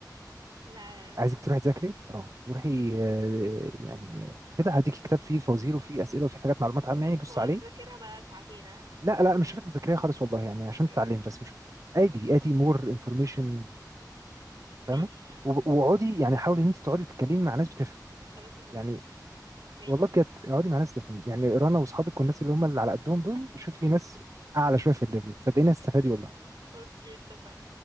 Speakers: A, on the right; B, on the right.
A: لا
B: عايزك تروحي تذاكري اه روحي آه يعني كده هديك كتاب فيه فوازير وفيه اسئله وفيه حاجات معلومات عامه يعني بص
A: واقعد
B: عليه
A: اذاكرها بقى ساعتين ها
B: لا
A: عشان
B: لا مش شرط تذاكريها خالص والله يعني عشان
A: امم
B: تتعلمي بس مش ادي ادي مور انفورميشن
A: ماشي
B: فاهمه وب- واقعدي يعني حاولي ان انت تقعدي تتكلمي مع ناس بتفهم
A: خلاص يا سكر
B: يعني
A: ماشي
B: والله بجد اقعدي مع ناس تفهم يعني رنا واصحابك والناس اللي هم اللي على قدهم
A: <laughs>
B: دول شوفي ناس اعلى شويه في الليفل صدقيني هتستفادي والله
A: اوكي اتفقنا